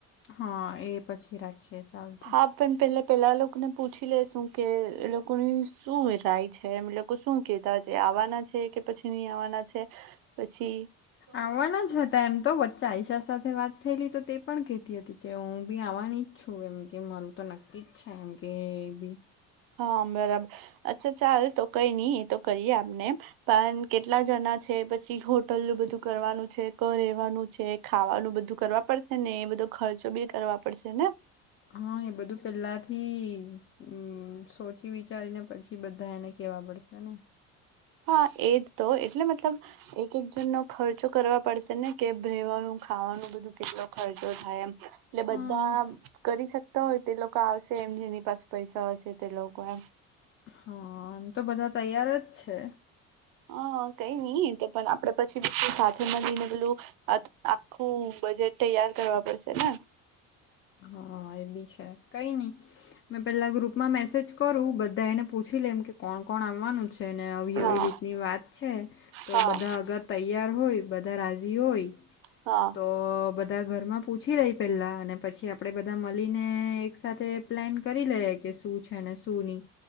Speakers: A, on the left; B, on the right.
A: હા એ પછી રાખીયે ચાલ તો
B: હા પણ પેલા પેલા લોકોને પૂછી લેેશુ કે, એ લોકોની શું રાય છે. એ લોકો શું કેતા એ આવવાના છે કે પછી નહી આવવાના છે, પછી‌
A: આવાના જ હતા. એમ તો વચ્ચે આઈશા સાથે વાત થયેલી તો તે પણ કહેતી હતી કે હું બી આવવાની છું, એમ કે મારું તો નક્કી જ છે. એમ કે એ બી
B: હા બરાબર, અચ્છા ચાલ તો કઈ નહી. એ તો કરીએ આપને પણ કેટલા જણા છે, પછી હોટલનું બધું કરવાનું છે ક રહેવાનું. છે. ખાવાનું બધું કરવા પડશેને એ બધો ખર્ચો બી કરવા પડશે ને?
A: હા એ પેલાથી અં સોચી-વિચારીને પછી બધા કેવા પડશે ને?
B: હા એજ તો એટલે મતલબ એક-એક જન નો ખર્ચો કરવા પડશે ને કેમ રહેવાનું, ખાવાનું કેટલો ખર્ચો થાય એમ. એટલે
A: હા
B: બધા કરી શકતા હોય તે લોકો આપશે. સેમ જેની પાસે પૈસા હશે. તે લોકો એમ
A: હાઅઅ- એમ તો બધા તૈયાર જ છે.
B: હઅ કઈ નઈ તો પણ આપડે પછી સાથે મળીને પેલું અત આખું બજેટ તૈયાર કરવા પડશે ને?
A: હા -એ ભી છે. કઈ ની મેં પહેલાં ગ્રુપમાં મેસેજ કરું. બધા એને પૂછી લે એમ કે કોણ કોણ આવવાનું છે ને આવી આવીવી
B: હા
A: રીતની વાત છે. તો
B: હા
A: બધા અગર તૈયાર હોય બધા રાજી હોય.
B: હા.
A: તો -ઓ-બધા ઘરમાં પૂછી લે પેલા અને પછી આપણે બધા મલીને એક સાથે પ્લેન કરી લઈએ કે શું છે ને શું નહીં.